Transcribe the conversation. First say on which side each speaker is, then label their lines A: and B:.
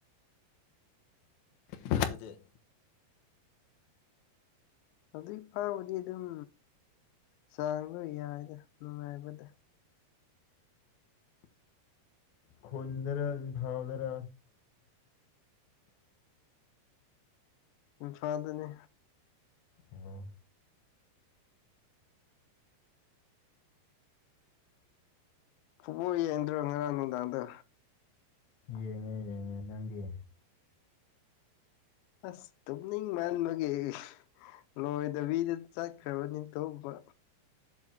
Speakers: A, on the left (about 65°); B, on the left (about 90°).
A: ꯅꯣꯏꯗꯗꯤ
B: ꯑꯗꯨꯏ ꯐꯥꯎꯕꯗꯤ ꯑꯗꯨꯝ ꯆꯥꯡꯗ ꯌꯥꯏꯗ ꯅꯨꯡꯉꯥꯏꯕꯗ
A: ꯈꯣꯟꯗꯔ ꯊꯥꯎꯗꯔ
B: ꯏꯝꯐꯥꯟꯗꯅꯦ
A: ꯑꯣ
B: ꯐꯨꯕꯣꯜ ꯌꯥꯟꯗ꯭ꯔꯣ ꯑꯅꯣꯗꯥꯗꯣ
A: ꯌꯦꯡꯉꯦ ꯌꯦꯡꯉꯦ ꯅꯪꯗꯤ
B: ꯑꯁ ꯇꯝꯅ ꯃꯥꯜꯅꯕꯒꯤꯦ ꯂꯣꯏꯗꯕꯤꯗ ꯆꯠꯈ꯭ꯔꯕ ꯅꯤꯡꯇꯧꯕ